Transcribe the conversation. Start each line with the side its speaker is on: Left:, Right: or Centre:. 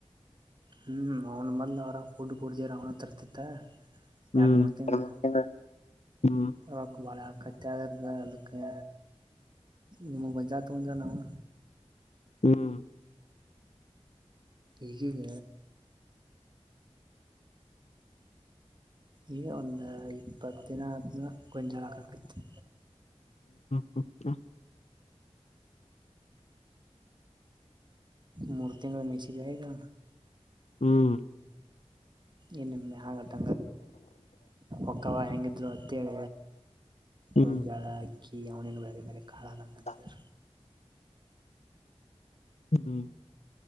Right: ಹ್ಮ್ ಅವ್ನ ಮೊದ್ಲು ಅವ್ರಾಗ ಫುಡ್ ಕೊಡ್ತವಾರ ಅವನ ತರ್ತಿತ್ತ
Left: ಹ್ಮ್
Right: ಯಾನ ಮಾಡತೀನೋ.
Left: ಹ್ಮ್ ಹ್ಮ್ ಹ್ಮ್
Right: ರಕ್ ಬಾಳ ಕತ್ಯಾದ್ರ್ದ ಅದಕ್ಕೆ. ನಿಮ್ಮು ಗೊಂಜಾಳ ತೊಂದೇವ ನಾವು.
Left: ಹ್ಮ್.
Right: ಈಗೀಗ. ಈಗ ಒಂದು ಇಪ್ಪತ್ತು ದಿನ ಆಯ್ತ್ ನೋ ಗೊಂಜಾಳ ಹಾಕಕೈತಿ.
Left: <inaudible>
Right: ಮೂರ ತಿಂಗಳ ಮೇಶಿಗಿ ಅಗಿ.
Left: ಹ್ಮ್ ಹ್ಮ್
Right: ಇನ್ನ್ ಮ್ಯಾ ಹಂಗತ ಒಕ್ಕವ ಹೆಂಗಿದ್ರು ಅತ್ತೇಳ.
Left: ಹ್ಮ್
Right: ಒಂಜಳ ಆಕ್ಕಿ ಅವನ ಬೇರೆ ಬೇರೆ. ಕಾಳಾಗಂತಾರೆ
Left: <inaudible> ಹ್ಮ್.